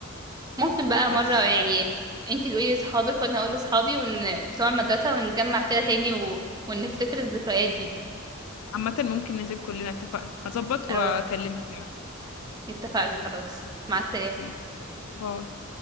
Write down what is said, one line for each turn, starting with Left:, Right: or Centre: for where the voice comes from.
Right: ممكن بقى
Left: بس
Right: مره يعني انت تقولي لاصحابك وانا اقول لاصحابي ون بتوع المدرسه ونجمع كده تاني و... ونفتكر الذكريات دي
Left: عامة ممكن ننزل كلنا اتفقنا هظبط
Right: او
Left: واكلمك يعني
Right: اتفقنا خلاص مع السلامه
Left: ماشي باي